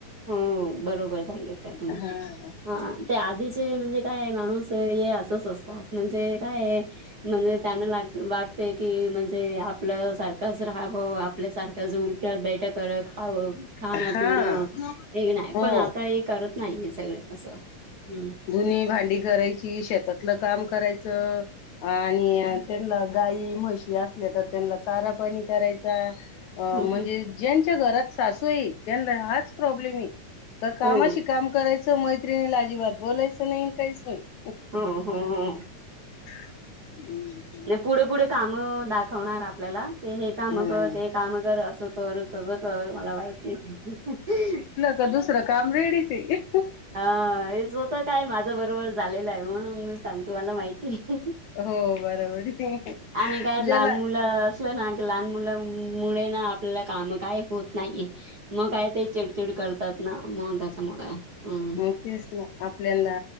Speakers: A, on the right (about 40°); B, on the left (about 70°).
A: हो, बरोबर सांगितलं तुम्ही,
B: हा
A: हा ते आधीच म्हणजे काय, माणूस असच असतात. म्हणजे काय, म्हणजे त्यांना ते की आपलंच सारखंच राहावं. आप आपल्या सारखं ज, उटत बैठ कर, खावं खाणं,
B: हा
A: पिणं. वेग नाही.
B: हो
A: पण आता हे करत नाहीय, सगळे असं, हम्म.
B: धुनी, भांडी करायची, शेतातलं काम करायचं, आणि त्यांना गायी, म्हशी असल्या तर, त्यांना चारा पाणी करायचा. अ
A: हो
B: म्हणजे ज्यांच्या घरात सासू आहे. त्यांना हाच प्रॉब्लेम आहे. कामाशी
A: हो
B: काम करायचं, मज त्रिनीला अजिबात बोलायचं नाही. काहीच नाही.
A: हो हो हो
B: <inaudible>
A: पुढे-पुढे काम दाखवणार आपल्याला, की हे काम
B: ह
A: कर, ते काम कर, अस कर कसं कर, मला माहित नाही. <unintelligible>
B: तर दुसरं काम रेडीच हाय.
A: हा, हेच होत काय? माझं बरोबर झालेलं आहे. म्हणून मी सांगतो, मला माहिती आहे.
B: हो, बरोबर आहे.
A: आणि काय
B: ज्याला
A: लहान मुलं ना, क लहान मुला मुळे ना, आपल्याला काम काय होत नाहीये. मग काय ते, चिडचिड करतात ना, त्याच्यामुळे काय, हम्म.
B: माहिती असणार, आपल्याला.